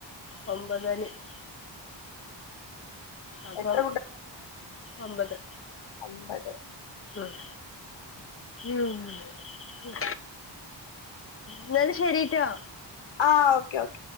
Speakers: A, on the left (about 30°); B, on the left (about 75°).
A: ഒമ്പത <unintelligible> അപ്പം
B: എത്ര
A: ഒമ്പത്
B: അമ്പത്
A: ഉം ഉം ഉം ന്നാല് ശരിട്ടോ
B: ആ ഓക്കേ ഓക്കേ